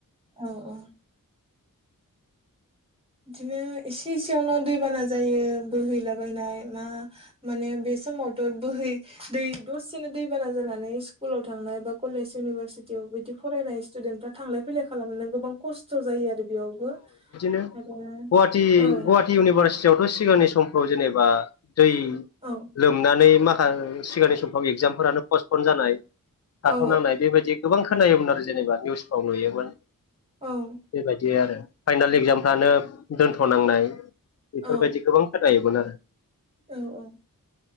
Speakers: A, on the right; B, on the left.
A: औ औ। बिदिनो एसे एसेयावनो दैबाना जायो बोहैलाबायनाय ना माने बे समावथ' बोहै दै दसेनो दैबाना जानानै स्कुलाव थांनाय बा कलेज इउनिभारसिटियाव बिदि फरायनाय स्टुदेनफोरा थांलाय फैलाय खालामनो गोबां खस्थ' जायो आरो बेयावबो
B: गवाटि
A: आरो औ
B: गवाटी इउनिभारसिटियावथ' सिगांनि समफ्राव जेनेबा दै
A: औ
B: लोमनानै माखा सिगांनि समफ्राव एगजामफोरानो पस्टपन जानाय थाथ'नांनाय
A: औ
B: बेबायदि गोबां खोनायोमोन आरो जेनेबा निउसफ्राव नुयोमोन।
A: औ
B: बेबायदि आरो फाइनाल एक्जामफ्रानो दोनथ'नांनाय बेफोरबायदि
A: औ
B: गोबां खोथायोमोन आरो।
A: औ औ।